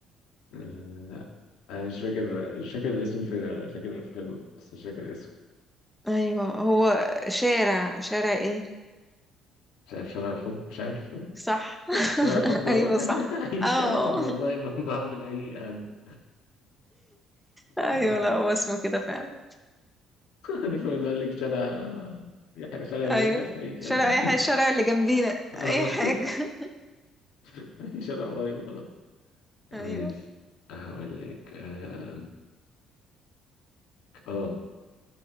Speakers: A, on the left; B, in the centre.
A: آه، لا انا مش فاكر مش فاكر الاسم الفيلم انا فاكر الفيلم بس مش فاكر اسمه
B: ايوه هو شارع شارع ايه
A: مش عارف شارع الحب مش عارف
B: صح <laughs>
A: شارع الحب والله
B: ايوه صح
A: <laughs> أي
B: اه
A: كلام والله ما بعمل أي هم
B: ايوه
A: <laughs>
B: لا هو اسمه كده فعلا
A: يعني فقلت قال لك شارع يحيى شارع هليوبلس
B: ايوه
A: أي كلام
B: شارع اي حاجه الشارع اللي جنبينا
A: <laughs> آه.
B: اي حاجه
A: <laughs> أي شارع قريب خلاص ماشي
B: <laughs> ايوه
A: هقول لك آم، اه